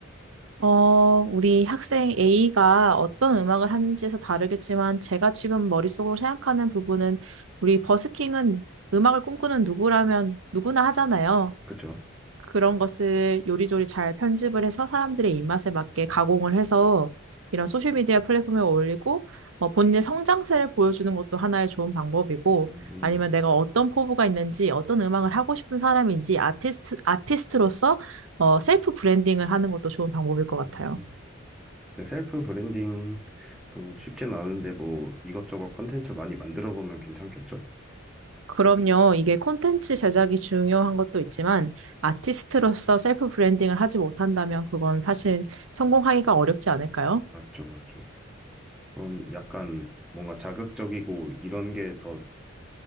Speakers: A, on the right; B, in the centre.
A: 어, 우리 학생 A가 어떤 음악을 하는지에서 다르겠지만 제가 지금 머릿속으로 생각하는 부분은 우리 버스킹은 음악을 꿈꾸는 누구라면 누구나 하잖아요.
B: 그쵸?
A: 그런 것을 요리조리 잘 편집을 해서 사람들의 입맛에 맞게 가공을 해서 이런 소셜미디어 플랫폼에 올리고 어, 본인의 성장세를 보여주는 것도 하나의 좋은 방법이고
B: 음,
A: 아니면 내가 어떤 포부가 있는지 어떤 음악을 하고 싶은 사람인지 아티스트, 아티스트로서 어, 셀프 브랜딩을 하는 것도 좋은 방법일 것 같아요.
B: 음. 근데 셀프 브랜딩도 쉽진 않은데 뭐 이것저것 컨텐츠 많이 만들어 보면 괜찮겠죠?
A: 그럼요. 이게 콘텐츠 제작이 중요한 것도 있지만 아티스트로서 셀프 브랜딩을 하지 못한다면 그건 사실
B: 음,
A: 성공하기가 어렵지 않을까요?
B: 맞죠, 맞죠. 그럼 약간 뭔가 자극적이고 이런 게 더